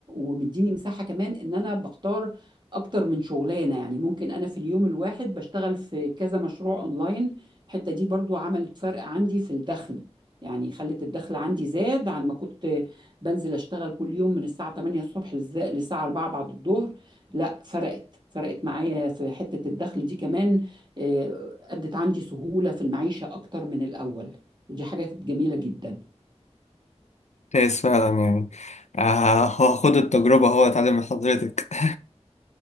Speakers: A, on the right; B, on the left.
A: ومديني مساحه كمان ان انا بختار اكتر من شغلانه يعني ممكن انا في اليوم الواحد بشتغل في كذا مشروع اونلاين الحته دي برضو عملت فرق عندي في الدخل يعني خلت الدخل عندي زاد عن ما كنت بنزل اشتغل كل يوم من الساعه 8 الصبح للز- للساعه 4 بعد الظهر لا فرقت فرقت معايا في حته الدخل دي كمان آه، ادت عندي سهوله في المعيشه اكتر من الاول ودي حاجه كانت جميله جدا
B: كويس فعلا يعني آه هو خد التجربة هو اتعلم من حضرتك